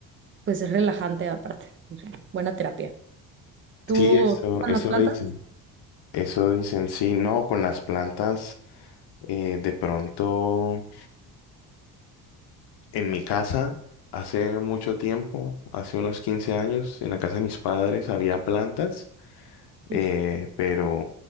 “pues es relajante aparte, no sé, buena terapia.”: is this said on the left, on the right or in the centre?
Right